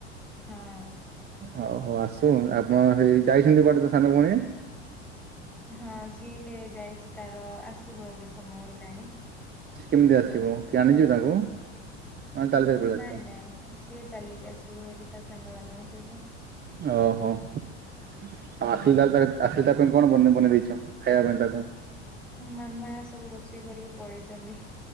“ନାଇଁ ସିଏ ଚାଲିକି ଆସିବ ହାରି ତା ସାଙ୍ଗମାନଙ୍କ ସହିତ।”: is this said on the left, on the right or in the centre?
Centre